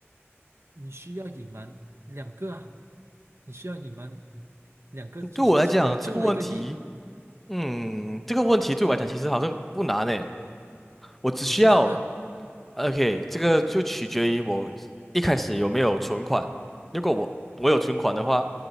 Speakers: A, on the right; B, in the centre.
A: 你需要隐瞒两个啊，你需要隐瞒两个，这这个是你中了一个亿，
B: 对我来讲，这个问题，嗯，这个问题对我来讲其实好像不难诶。我只需要
A: 你说说看，
B: ，OK，这个就取决于我一开始有没有存款。如果我我有存款的话，
A: 嗯，